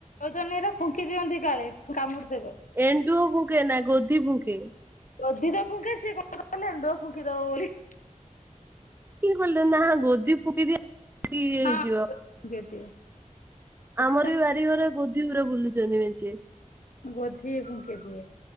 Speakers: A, on the left; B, on the right.
A: କରା ଫୁଙ୍କି ଦିଅନ୍ତି କାଳେ କାମୁଡିଦେବେ
B: ଏଣ୍ଡୁଅ ଭୁଙ୍କେ ନା ଗୋଧି ଭୁଙ୍କେ।
A: ଗଦି ତ ଫୁଙ୍କେ ସେ କଣ <inaudible> ଫୁଙ୍କିଦବ ବୋଲି।
B: କିଏ କହିଲା ନାଁ ଗୋଦି ଫୁଙ୍କିଦିଏ। ଇଏ ହେଇଯିବ
A: ହଁ ଫୁଙ୍କି ଦିଏ। ଏଠି
B: ଆମର
A: ସବୁ
B: ବି ବାରିଘରେ ଗ। ତୀବ୍ର ବୁଲୁଛନ୍ତି <inaudible>
A: ଗୋଧି ହୁଙ୍କେ ଦିଏ।